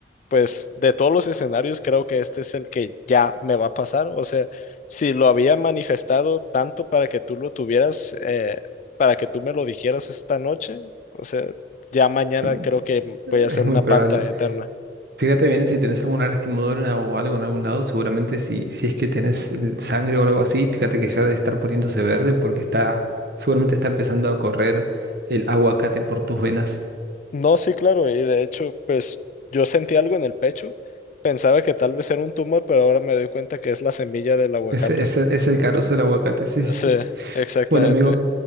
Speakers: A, on the left (about 45°); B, on the right (about 60°).
A: pues de todos los escenarios creo que este es el que ya me va a pasar. O sea, si lo había manifestado tanto para que tú lo tuvieras, eh, para que tú me lo dijeras esta noche, o sea, ya mañana
B: pero,
A: creo que
B: eh,
A: voy a hacer
B: Es muy
A: una
B: probable.
A: palta eterna.
B: Fíjate bien si tenés alguna lastimadura o algo en algún lado, seguramente si, si es que tenés eh, sangre o algo así, fíjate que ya debe estar poniéndose verde porque está, seguramente está empezando a correr el aguacate por tus venas.
A: No, sí, claro, y de hecho, pues yo sentí algo en el pecho, pensaba que tal vez era un tumor, pero ahora me doy cuenta que es la semilla del aguacate.
B: Ese, ese es el carozo del aguacate, sí, sí,
A: Sí,
B: sí.
A: exactamente.
B: Bueno, amigo,